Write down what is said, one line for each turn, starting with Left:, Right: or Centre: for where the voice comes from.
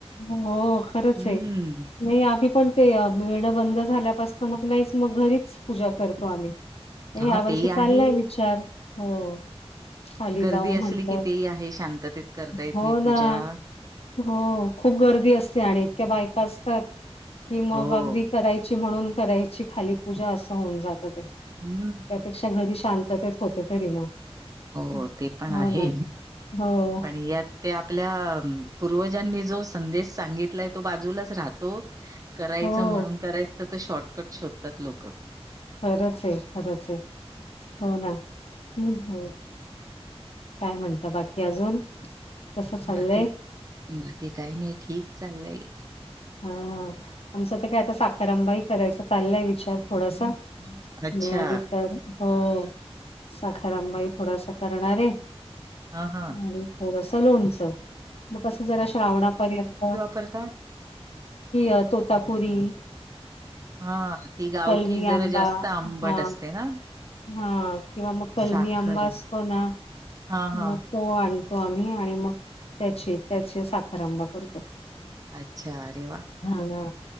Left: हो खरंच
Right: हम्म.
Left: आहे. नाही आी पण ते मिळणं बंद झाल्यापासत मग नाहीच मग घरीच पूजा करतो आम्ही पण
Right: हां,
Left: ह्या वर्षी
Right: तेही
Left: चाललाय
Right: आहे.
Left: विचार हो. खाली
Right: गर्दी
Left: जाऊ
Right: असली
Left: म्हंटलं
Right: की तेही आहे शांततेत करता येत
Left: हो
Right: नाही पूजा
Left: ना हो खूप गर्दी असते आणि इतक्या बायका असतात की मग
Right: हो.
Left: अगदी करायची. म्हण करा खाली पूजा अस होन जाता.
Right: हम्म.
Left: च्या घरी शांततेत होते तरी मग
Right: हो
Left: हं.
Right: ते पण
Left: हो
Right: आहे
Left: ना. हो,
Right: पण या त्या आपल्या पूर्वजांनी जो संदेश सांगितलाय तो बाजूलाच राहतो. तो करायचा
Left: हो.
Right: म्हणून करायचं तर शॉर्टकट शोधतात लोक
Left: खरंच आहे खरंच आहे हो ना हो. काय म्हणत बाकी अजून कसं चाललंय?
Right: बाकी बाकी काही नाही ठीक चाललंय.
Left: हा आमचं तर काय आता साखरांंबा ह करायचा चाललाय विचार थोडासा मिळाली
Right: अच्छा.
Left: तर हो साखारंबाई थोडासा करणार आहे
Right: हां, हां.
Left: आणि होरसं लोणचं मग कसं जरा श्रावणापर्यंत
Right: परता
Left: ह तोतापुरी
Right: हा ती गावठी
Left: कलमी
Right: जरा
Left: आंबा
Right: जास्त आंबट
Left: हा
Right: असते ना.
Left: हा किंवा मग कलमी
Right: साखर
Left: आंबा
Right: आहे.
Left: असतो ना.
Right: हां, हां.
Left: मग तो आणतो आम्ही आणि मग त्याची त्याची साखरंबा करतो.
Right: अच्छा अरे वा.
Left: हा